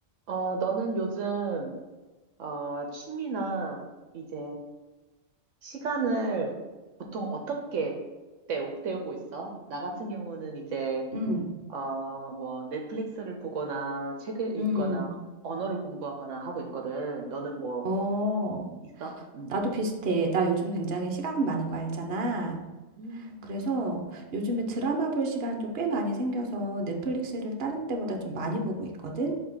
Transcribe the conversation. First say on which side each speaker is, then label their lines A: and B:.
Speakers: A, on the right (about 70°); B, on the right (about 50°).
A: 어, 너는 요즘, 어, 취미나 이제 시간을 보통 어떻게 때우, 때우고 있어? 나 같은 경우는 이제,
B: 응,
A: 어, 뭐, 넷플릭스를 보거나 책을 읽거나
B: 응, 응.
A: 언어를 공부하거나 하고 있거든. 너는 뭐,
B: 어,
A: 있어? 응.
B: 나도 비슷해. 나 요즘 굉장히 시간 많은 거 알잖아.
A: 음.
B: 그래서 요즘에 드라마 볼 시간도 꽤 많이 생겨서 넷플릭스를 다른 때보다 좀 많이 보고 있거든.